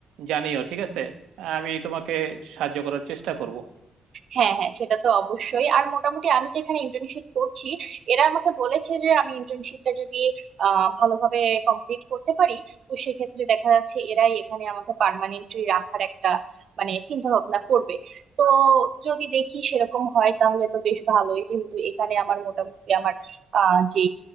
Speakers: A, on the right; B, on the right.
A: জানিও ঠিক আছে আমি তোমাকে সাহায্য করার চেষ্টা করব
B: হ্যাঁ হ্যাঁ সেটা তো অবশ্যই আর মোটামুটি আমি যেখানে ইন্টার্নশিপ করছি এরা আমাকে বলেছে যে আমি ইন্টার্নশিপটা যদি আহ, ভালোভাবে কমপ্লিট করতে পারি তো সেক্ষেত্রে দেখা যাচ্ছে এরাই এখানে আমাকে পার্মানেন্টলি রাখার একটা মানে চিন্তা ভাবনা করবে তো যদি দেখি সেরকম হয় তাহলে তো বেশ ভালোই যেহেতু এখানে আমার মোটামুটি আমার আহ যে